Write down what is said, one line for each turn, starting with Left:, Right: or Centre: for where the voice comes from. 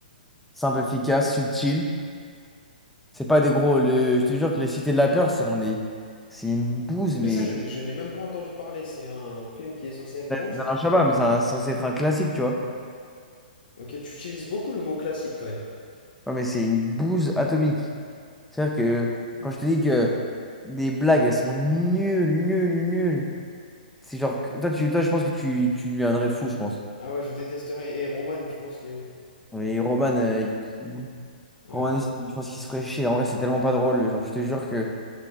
Centre: simples, efficaces, subtils. C'est pas des gros. Le... Je te jure que Les Cités de la Peur, c'est un des... c'est une bouse,
Left: Mais
Centre: mais.
Left: ça, je, n- je n'ai même pas entendu parler. C'est un film qui est censé être drôle,
Centre: Dans
Left: ça?
Centre: Chabat, mais c'est un- c'est censé être un classique, tu vois.
Left: Ok, tu utilises beaucoup le mot classique quand même.
Centre: Ouais, mais c'est une bouse atomique. C'est-à-dire que quand je te dis que des blagues, elles sont nulles, nulles, nulles. C'est genre, que- toi, tu, toi, je pense que tu, tu deviendrais fou, je pense.
Left: Ah ouais, je détesterais. Et Roman, tu penses que...
Centre: Et Roman, euh, qui-
Left: Ouais.
Centre: Roman aussi, je pense qu'il se ferait chier. En vrai, c'est tellement pas drôle. Genre, je te jure que,